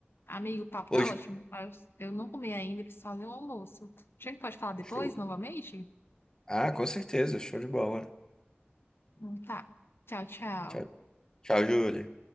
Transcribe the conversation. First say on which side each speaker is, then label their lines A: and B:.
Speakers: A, on the left; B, on the left.
A: Amigo, o papo
B: Hoje,
A: tá ótimo, mas eu não comi ainda, preciso fazer o almoço. A gente pode falar depois,
B: show.
A: novamente?
B: Ah, com certeza, show de bola.
A: Hum, Tá. Tchau, tchau.
B: Tchau, tchau, Júlia.